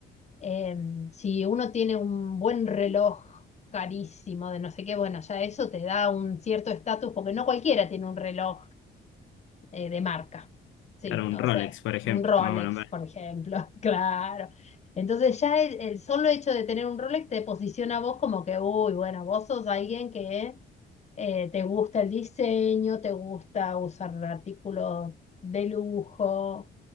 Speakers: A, on the left; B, on the left.
A: em, si uno tiene un buen reloj carísimo de no sé qué, bueno, ya eso te da un cierto estatus, porque no cualquiera tiene un reloj eh, de marca, sí,
B: Claro, un
A: o
B: Rolex,
A: sea,
B: por ejemplo,
A: un Rolex,
B: vamos a nombrar.
A: por ejemplo, <laughs> claro. Entonces ya el, el solo hecho de tener un Rolex te posiciona a vos como que, uy, bueno, vos sos alguien que eh, ¿te gusta el diseño? ¿Te gusta usar artículos de lujo?